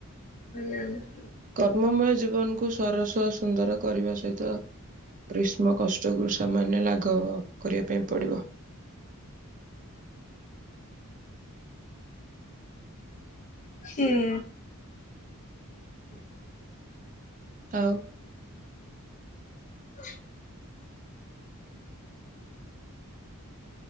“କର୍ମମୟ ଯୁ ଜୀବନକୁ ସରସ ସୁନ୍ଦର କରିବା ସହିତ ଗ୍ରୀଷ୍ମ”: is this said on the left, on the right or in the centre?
Right